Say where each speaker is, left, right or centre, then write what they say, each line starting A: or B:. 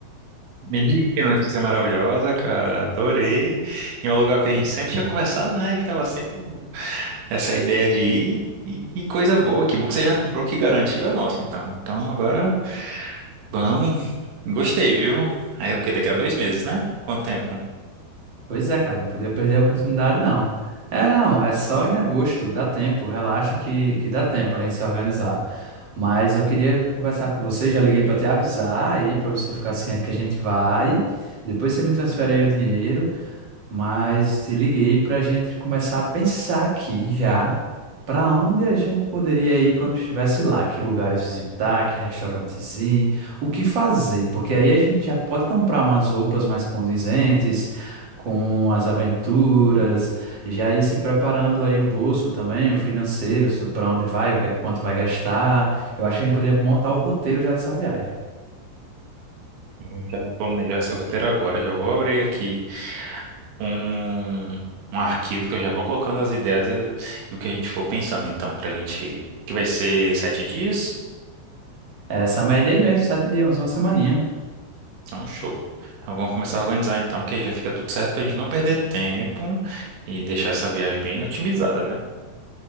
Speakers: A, on the right (about 80°); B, on the right (about 40°).
A: Menino, que notícia maravilhosa, cara. Adorei. E é um lugar que a gente sempre tinha conversado, né? Ficava sempre um- essa ideia de ir. E que coisa boa. Que bom que você já comprou, que garantiu é nossa, então. Então agora vamos. Gostei, viu? Aí é porque daqui a dois meses, né? Quanto tempo?
B: Pois é, cara, não podia perder a oportunidade, não. É, não, é só em agosto, dá tempo, relaxa que, que dá tempo a gente se organizar. Mas eu queria conversar com você, já liguei para te avisar aí, para você ficar ciente que a gente vai. Depois você me transfere aí o dinheiro mas te liguei para a gente começar a pensar aqui já para onde a gente poderia ir quando estivesse lá, que lugares visitar, que restaurantes ir, o que fazer, porque aí a gente já pode comprar umas roupas mais condizentes com as aventuras, já ir se preparando aí o bolso também, o financeiro, para onde vai, o que é quanto vai gastar. Eu acho que a gente podia montar o roteiro já dessa viagem.
A: Vamos já planejar esse roteiro agora. Já vou abrir aqui um, um arquivo que eu já vou colocando as ideias e, e o que a gente for pensando, então, pra gente. Que vai ser sete dias.
B: É Essa média aí mesmo, sete dias, uma semaninha.
A: Então, show. Então, vamos começar a organizar então, que aí já fica tudo certo pra gente não perder tempo e deixar essa viagem bem otimizada, né?